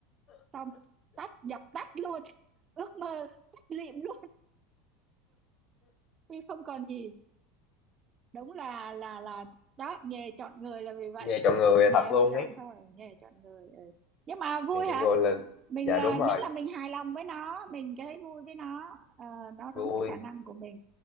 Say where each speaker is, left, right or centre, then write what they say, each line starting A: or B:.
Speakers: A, on the right; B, on the left.
A: Xong, tắt, dập tắt luôn. Ước mơ, tắt lịm luôn. Vì không còn gì. đúng là là là đó nghề chọn người là vì vậy
B: nghe chọn người
A: nghề
B: thật
A: họ
B: luôn
A: chọn
B: ấy
A: thôi nghề chọn người ừ. nhưng mà vui
B: nghe chọn
A: hả
B: người là
A: mình
B: dạ
A: à,
B: đúng rồi
A: miễn là mình hài lòng với nó mình thấy vui với nó ờ, nó
B: vui
A: đúng cái khả năng của mình